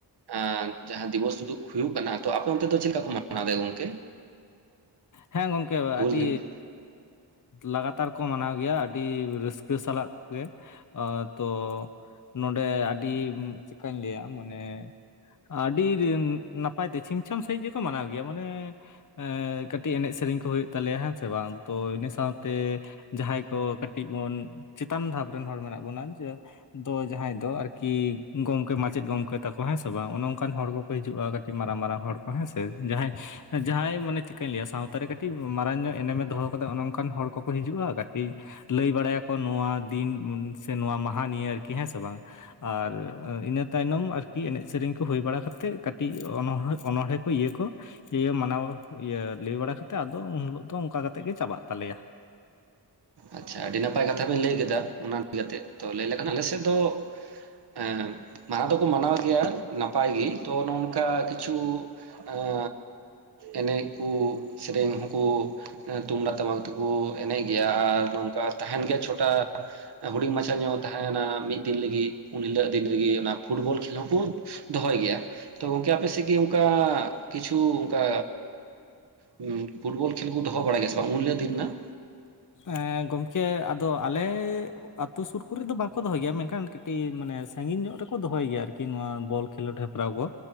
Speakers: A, on the right; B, on the left.
A: ᱮᱸ ᱡᱟᱦᱟᱸ ᱫᱤᱵᱚᱥ ᱩᱫᱩᱜ ᱦᱩᱭᱩᱜ ᱠᱟᱱᱟ, ᱛᱚ ᱟᱯᱮ ᱚᱱᱛᱮ ᱫᱚ ᱪᱮᱫ ᱞᱮᱠᱟ ᱢᱟᱱᱟᱣ ᱫᱟ ᱜᱚᱝᱠᱮ?
B: ᱦᱮᱸ ᱜᱚᱝᱠᱮ
A: ᱦᱩᱞ
B: ᱟᱹᱰᱤ
A: ᱫᱤᱵᱚᱥ?
B: ᱞᱟᱜᱟᱛᱟᱨ ᱠᱚ ᱢᱟᱱᱟᱣ ᱜᱮᱭᱟ ᱟᱹᱰᱤ ᱨᱟᱹᱥᱠᱟᱹ ᱥᱟᱞᱟᱜ ᱜᱮ᱾ ᱚ ᱛᱚ ᱱᱚᱸᱰᱮ ᱟᱹᱰᱤ ᱪᱤᱠᱟᱹᱧ ᱞᱟᱹᱭᱟ ᱢᱟᱱᱮ ᱟᱹᱰᱤ ᱱᱟᱯᱟᱭ ᱛᱮ ᱪᱷᱤᱢᱪᱷᱟᱢ ᱥᱟᱺᱦᱤᱡ ᱜᱮᱠᱚ ᱢᱟᱱᱟᱣ ᱜᱮᱭᱟ ᱢᱟᱱᱮ ᱮᱸ ᱠᱟᱹᱴᱤᱡ ᱮᱱᱮᱡ ᱥᱮᱨᱮᱧ ᱠᱚ ᱦᱩᱭᱩᱜ ᱛᱟᱞᱮᱭᱟ ᱦᱮᱸ ᱥᱮ ᱵᱟᱝ ᱛᱚ ᱤᱱᱟᱹ ᱥᱟᱶᱛᱮ ᱡᱟᱦᱟᱸᱭ ᱠᱚ ᱠᱟᱹᱴᱤᱡ ᱵᱚᱱ ᱪᱮᱛᱟᱱ ᱫᱷᱟᱯ ᱨᱮᱱ ᱦᱚᱲ ᱢᱮᱱᱟᱜ ᱵᱚᱱᱟ ᱡᱮ ᱫᱚ ᱡᱟᱦᱟᱸᱭ ᱫᱚ ᱟᱨᱠᱤ ᱜᱚᱝᱠᱮ ᱢᱟᱪᱮᱫ ᱜᱚᱝᱠᱮ ᱛᱟᱠᱚ ᱦᱮᱸ ᱥᱮ ᱵᱟᱝ ᱚᱱᱮ ᱚᱝᱠᱟᱱ ᱦᱚᱲ ᱠᱚ ᱦᱤᱡᱩᱜ-ᱟ ᱠᱟᱹᱴᱤᱡ ᱢᱟᱨᱟᱝ ᱢᱟᱨᱟᱝ ᱦᱚᱲ ᱠᱚ ᱦᱮᱸᱥᱮ ᱡᱟᱦᱟᱸᱭ, ᱡᱟᱦᱟᱸᱭ ᱢᱟᱱᱮ ᱪᱤᱠᱟᱹᱧ ᱞᱟᱹᱭᱟ ᱥᱟᱶᱛᱟᱨᱮ ᱠᱟᱹᱴᱤᱡ ᱢᱟᱨᱟᱝ ᱧᱚᱜ ᱮᱱᱮᱢᱮ ᱫᱚᱦᱚ ᱠᱟᱫᱟ ᱚᱱᱮ ᱚᱱᱠᱟᱱ ᱦᱚᱲ ᱠᱚᱠᱚ ᱦᱤᱡᱩᱜ-ᱟ ᱠᱟᱹᱴᱤᱡ ᱞᱟᱹᱭ ᱵᱟᱲᱟᱭᱟᱠᱚ ᱱᱚᱣᱟ ᱫᱤᱱ ᱥᱮ ᱱᱚᱣᱟ ᱢᱟᱦᱟ ᱱᱤᱭᱮ ᱟᱨᱠᱤ ᱦᱮᱸ ᱥᱮ ᱵᱟᱝ᱾ ᱟᱨ ᱤᱱᱟᱹ ᱛᱟᱭᱱᱚᱢ ᱟᱨᱠᱤ ᱮᱱᱮᱡᱽ ᱥᱮᱨᱮᱧ ᱠᱚ ᱦᱳᱭ ᱵᱟᱲᱟ ᱠᱟᱛᱮᱫ ᱠᱟᱹᱴᱤᱡ ᱚᱱᱚᱲ ᱚᱱᱚᱲᱦᱮᱸ ᱤᱭᱟᱹ ᱠᱚ ᱤᱭᱟᱹ ᱢᱟᱱᱟᱣ ᱤᱭᱟᱹ ᱞᱟᱹᱭ ᱵᱟᱲᱟ ᱠᱟᱛᱮ ᱟᱫᱚ ᱩᱱ ᱦᱤᱞᱳᱜ ᱫᱚ ᱚᱝᱠᱟ ᱠᱟᱛᱮᱫ ᱜᱮ ᱪᱟᱵᱟᱜ ᱛᱟᱞᱮᱭᱟ᱾
A: ᱟᱪᱪᱷᱟ ᱟᱹᱰᱤ ᱱᱟᱯᱟᱭ ᱠᱟᱛᱷᱟ ᱵᱮᱱ ᱞᱟᱹᱭ ᱠᱮᱫᱟ ᱚᱱᱟ ᱤᱫᱤ ᱠᱟᱛᱮᱫ, ᱛᱚ ᱞᱟᱹᱭ ᱞᱮᱠᱷᱟᱱ ᱟᱞᱮ ᱥᱮᱫ ᱫᱚ ᱮᱸ ᱢᱟᱱᱟᱣ ᱫᱚᱠᱚ ᱢᱟᱱᱟᱣ ᱜᱮᱭᱟ ᱱᱟᱯᱟᱭ ᱜᱤ ᱛᱚ ᱱᱚᱱᱠᱟ ᱠᱤᱪᱷᱩ ᱮᱸᱻ ᱮᱱᱮᱡ ᱠᱩ ᱥᱮᱨᱮᱧ ᱦᱩᱸᱠᱩ ᱮᱸ ᱛᱩᱢᱫᱟᱜ ᱴᱟᱢᱟᱠ ᱛᱮᱠᱩ ᱮᱱᱮᱡ ᱜᱮᱭᱟ ᱟᱨ ᱱᱚᱝᱠᱟ ᱛᱟᱦᱮᱸᱱ ᱜᱮᱭᱟ ᱪᱷᱚᱴᱟ ᱦᱩᱸᱰᱤᱧ ᱢᱟᱪᱷᱟ ᱧᱚᱜ ᱛᱟᱦᱮᱸᱱᱟ ᱢᱤᱫ ᱫᱤᱱ ᱞᱤᱜᱤᱫ ᱩᱱᱦᱤᱞᱳᱜ ᱫᱤᱱ ᱨᱮᱜᱮ ᱚᱱᱟ ᱯᱷᱩᱴᱵᱚᱞ ᱠᱷᱮᱞ ᱦᱚᱸᱠᱩ ᱫᱚᱦᱚᱭ ᱜᱮᱭᱟ ᱛᱚ ᱜᱚᱝᱠᱮ ᱟᱯᱮ ᱥᱮᱫ ᱜᱤ ᱚᱝᱠᱟ ᱠᱤᱪᱷᱩ ᱚᱝᱠᱟ ᱦᱩᱸ ᱯᱷᱩᱴᱵᱚᱞ ᱠᱷᱮᱞ ᱠᱚ ᱫᱚᱦᱚ ᱵᱟᱲᱟᱭ ᱜᱮᱭᱟ ᱥᱮ ᱵᱟᱝ ᱩᱱᱞᱳ ᱫᱤᱱ ᱨᱮᱱᱟᱜ?
B: ᱮᱸ ᱜᱚᱢᱠᱮ ᱟᱫᱚ ᱟᱞᱮᱻ ᱟᱹᱛᱳ ᱥᱩᱨ ᱠᱚᱨᱮᱫ ᱫᱚ ᱵᱟᱝᱠᱚ ᱫᱚᱦᱚᱭ ᱜᱮᱭᱟ ᱢᱮᱱᱠᱷᱟᱱ ᱠᱟᱹᱴᱤᱡ ᱢᱟᱱᱮ ᱥᱟᱺᱜᱤᱧ ᱧᱚᱸᱜ ᱨᱮᱠᱚ ᱫᱚᱦᱚᱭ ᱜᱮᱭᱟ ᱟᱨ ᱠᱤ ᱱᱚᱣᱟ ᱵᱚᱞ ᱠᱷᱮᱞᱳᱰ ᱦᱮᱯᱨᱟᱣ ᱠᱚ,